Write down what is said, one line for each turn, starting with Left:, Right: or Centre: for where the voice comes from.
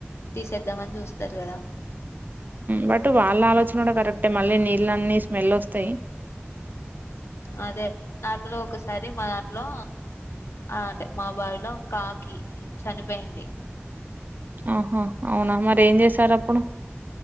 Left: తీసేద్దామని చూస్తారు కదా
Right: బట్ వాళ్ళ ఆలోచన కూడా కరెక్టే మళ్ళీ నీళ్ళ అన్నిీ స్మెల్ వస్తాయి
Left: ఉమ్, అదే నార్మల్ ఒకసారి మా దాంట్లో ఆ అంటే మా బావిలో కాకి చనిపోయింది
Right: ఆహా అవునా మరి ఏం చేసారు అప్పుడు